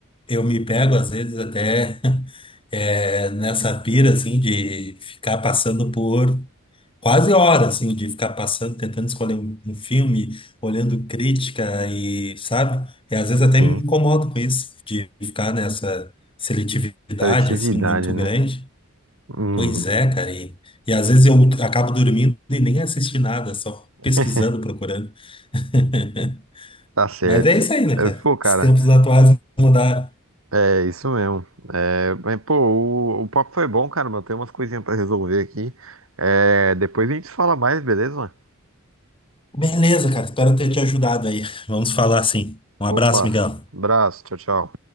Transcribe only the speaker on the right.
sim.
Seletividade,
né?
Hum,
<laughs>
tá certo.
Eu-
Pô, cara,
É isso mesmo. É, mas, pô, o, o papo foi bom, cara, mas eu tenho umas coisinhas pra resolver aqui. É, depois a gente fala mais, beleza?
Opa,
abraço, tchau, tchau.